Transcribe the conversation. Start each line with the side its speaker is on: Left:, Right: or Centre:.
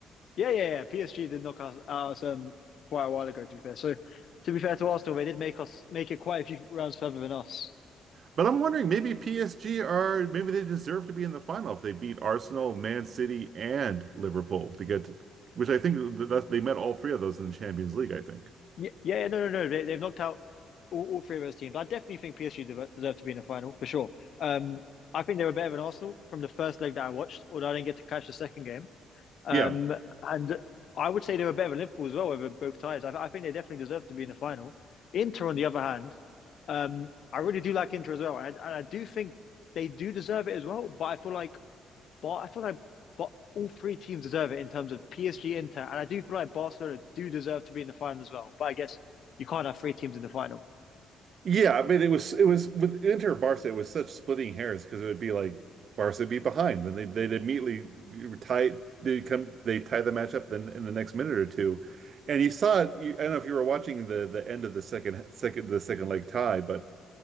Left: Yeah, yeah, yeah. PSG did knock us out um, quite a while ago, to be fair. So to be fair to Arsenal, they did make us make it quite a few rounds further than us.
Right: But I'm wondering, maybe PSG are, maybe they deserve to be in the final if they beat Arsenal, Man City, and Liverpool to get, which I think that they met all three of those in the Champions League, I think.
Left: Yeah, yeah, yeah, no, no, no. They, they've knocked out all, all three of those teams. I definitely think PSG dev- deserve to be in the final for sure. Um, I think they were better than Arsenal from the first leg that I watched, although I didn't get to catch the second game. Um,
Right: Yeah.
Left: and I would say they were better than Liverpool as well over both ties. I, I think they definitely deserve to be in the final. Inter, on the other hand, um, I really do like Inter as well, and I, and I do think they do deserve it as well. But I feel like, but I feel like, but all three teams deserve it in terms of PSG, Inter, and I do feel like Barcelona do deserve to be in the final as well. But I guess you can't have three teams in the final.
Right: Yeah, I mean it was it was with Inter Barca, it was such splitting hairs because it would be like Barca would be behind, then they they'd immediately tie they come they tie the match up then in the next minute or two. And you saw it, you, I don't know if you were watching the the end of the second second the second leg tie, but